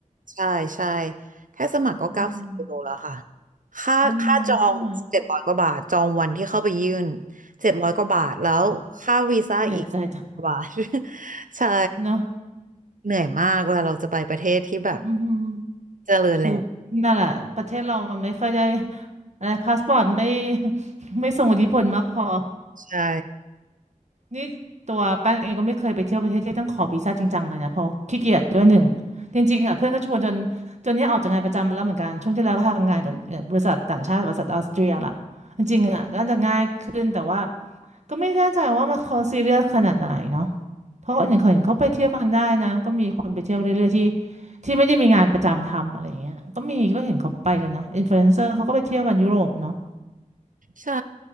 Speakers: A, on the right; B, on the right.
A: ใช่ใช่แค่สมัครก็เก้าสิบยูโรแล้วค่ะ
B: อืม
A: ค่า <laughs>
B: อืมใช่ไหม
A: ค่าจองเจ็ดร้อยกว่าบาทจองวันที่เข้าไปยื่นเจ็ดร้อยกว่าบาทแล้วค่าวีซ่าอีกกว่าบาท
B: อ๋อเหนื่อยใจจัง
A: <laughs> ใช่
B: เนาะ
A: เหนื่อยมากเวลาเราจะไปประเทศที่แบบ
B: อืมฮึ
A: เจริญแล้ว
B: คือนั่นแหละประเทศเรามันไม่ค่อยได้อะไรพาสปอร์ตไม่ <laughs> ไม่ส่งอิทธิพลมากพอ
A: ใช่
B: นี่ตัวแป้งเองก็ไม่เคยไปเที่ยวประเทศที่ต้องขอวีซ่าจริงจังเลยนะเพราะขี้เกียจด้วยหนึ่งจริงๆอ่ะเพื่อนก็ชวนจนจนเนี้ยออกจากงานประจำแล้วเหมือนกันช่วงที่แล้วก็ทำงานกับบริษัทต่างชาติบริษัทออสเตรียล่ะจริงๆอ่ะก็น่าจะง่ายขึ้นแต่ว่าก็ไม่แน่ใจว่ามันเขาซีเรียสขนาดไหนเนาะเพราะหนอ่งเขาเห็นเขาไปเที่ยวกันได้นะก็มีคนไปเที่ยวเรื่อยๆที่ที่ไม่ได้มีงานประจำทำอะไรอย่างเงี้ยก็มีก็เห็นเขาไปกันนะอินฟลูเอนเซอร์เขาก็ไปเที่ยวกันยุโรปเนาะ
A: ใช่